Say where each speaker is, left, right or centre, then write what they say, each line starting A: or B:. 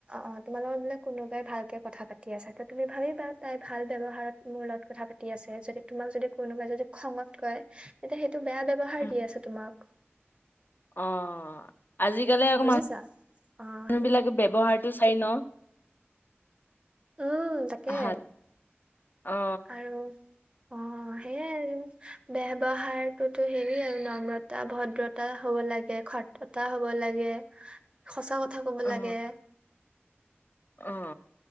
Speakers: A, on the right; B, on the left.
A: অ তোমাৰ লগত বুলে কোনোবাই ভালকে কথা পাতি আছে ত তুমি ভালকে পাত, তাই ভাল ব্যৱহাৰত মোৰ লগত কথা পা তি আছে যদি তোমাক যদি কোনোবাই যদি খঙত কয়, তেতিয়া সেইটো বেয়া ব্যয়ৱহাৰ
B: অ
A: দি আছে তোমাক।
B: অ আজিকালি অক
A: বুজিছা
B: মানুহবিলাকে
A: অ সেই
B: ব্যৱহাৰটো চাই ন?
A: উম তাকে,
B: ভাল অ
A: আৰু অ। অ সেয়াই আৰু ব্যৱহাৰটোতো হেৰি আৰু নম্ৰতা ভদ্ৰতা হব লাগে স ততা হ'ব লাগে, সচা কথা ক'ব
B: অ
A: লাগে।
B: অ